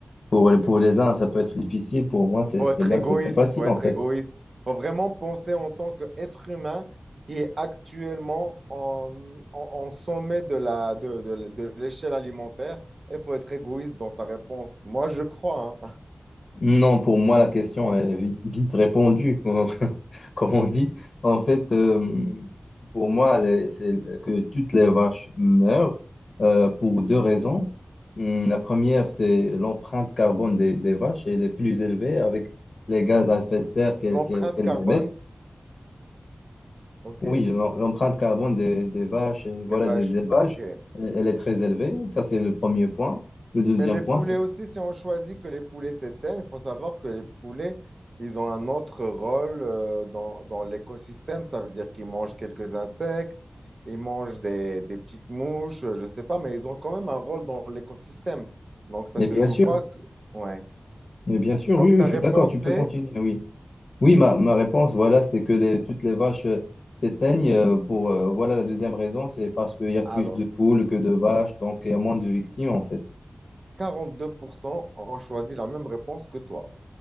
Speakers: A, on the left; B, on the right.
A: Pour, pour les uns, ça peut être difficile. Pour moi, c'est,
B: faut
A: celle-là,
B: être égoïste,
A: c'est très facile,
B: faut être
A: en fait.
B: égoïste. Faut vraiment penser en tant qu'être humain qui est actuellement en, en- en sommet de la, de, de- de l'échelle alimentaire. Il faut être égoïste dans sa réponse. Moi, je crois, hein.
A: Non, pour moi, la question est vite, vite répondue, comme, <laughs> comme on dit. En fait, euh, pour moi, les- c'est que toutes les vaches meurent euh, pour deux raisons. Hum, La première, c'est l'empreinte carbone des, des vaches. Elle est plus élevée avec les gaz à effet de serre
B: <laughs>
A: qu'elles
B: L'empreinte
A: qu'elles- qu'elles
B: carbone,
A: émettent.
B: ok.
A: Oui, l'em- l'empreinte carbone des, des vaches et voilà,
B: Les vaches,
A: des élevages,
B: ok.
A: elle elle est très élevée. Ça, c'est le premier point. Le deuxième
B: Mais les
A: point,
B: poulets
A: c'est
B: aussi, si on choisit que les poulets s'éteignent, il faut savoir que les poulets, ils ont un autre rôle euh, dans, dans l'écosystème. Ça veut dire qu'ils mangent quelques insectes, ils mangent des, des petites mouches, euh, je ne sais pas, mais ils ont quand même un rôle dans l'écosystème. Donc, ça
A: Mais
B: ne se
A: bien
B: joue
A: sûr,
B: pas. que- Ouais.
A: mais bien sûr,
B: Donc,
A: oui, oui,
B: ta
A: je
B: réponse
A: suis d'accord, tu peux
B: est,
A: continuer, oui. Oui, ma, ma réponse, voilà, c'est que les, toutes les vaches euh, s'éteignent euh, pour, euh, voilà, la deuxième raison, c'est parce qu'il y a plus
B: alors,
A: de poules que de vaches, donc il y a moins de victimes, en fait.
B: 42% ont choisi la même réponse que toi.